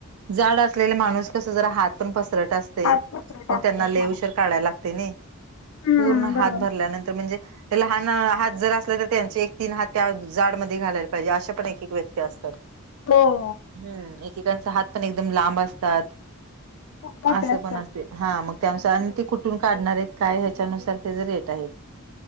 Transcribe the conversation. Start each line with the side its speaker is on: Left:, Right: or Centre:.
Right: जाड असलेल माणूस कस जरा हात पण पसरत अस
Left: हात पसरट
Right: मग
Left: असतात
Right: त्यांना ले
Left: हा.
Right: उशीर काढायला लागते नाही
Left: हम्म
Right: पूर्ण
Left: बरोबर
Right: हात भरल्यानंतर म्हणजे लहान हात जर असले तर त्यांचे एक तीन हात त्या जाड मध्ये घालायला पाहिजे असे पण व्यक्ती असतात.
Left: हो.
Right: हम्म एकेकांचा हात पण एकदम लांब असतात
Left: खूप मोठे
Right: असं
Left: असतात.
Right: पण असे. हा मग त्यानुसार आणि ते कुठून काढणार आहेत काय ह्याच्यानुसार त्याचा रेट आहेत.